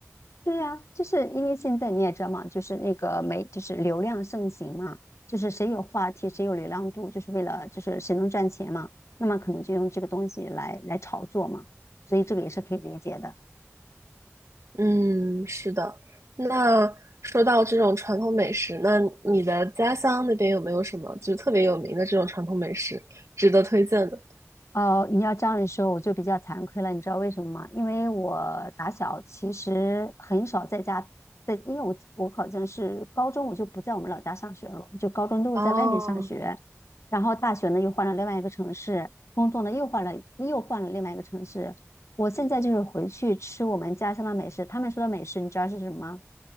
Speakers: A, on the left; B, on the right.
A: 对呀，就是因为现在你也知道嘛，就是那个媒，就是流量盛行嘛，就是谁有话题，谁有流量度，就是为了就是谁能赚钱嘛，那么可能就用这个东西来来炒作嘛，所以这个也是可以理解的。
B: 嗯，是的。那说到这种传统美食，那你的家乡那边有没有什么就是特别有名的这种传统美食值得推荐的？
A: 呃，你要这样一说，我就比较惭愧了，你知道为什么吗？因为我打小其实很少在家，在，因为我我好像是高中我就不在我们老家上学了，就高中都是在外面上学，
B: 哦，
A: 然后大学呢又换了另外一个城市，工作呢又换了又换了另外一个城市。我现在就是回去吃我们家乡的美食，他们说的美食你知道是什么吗？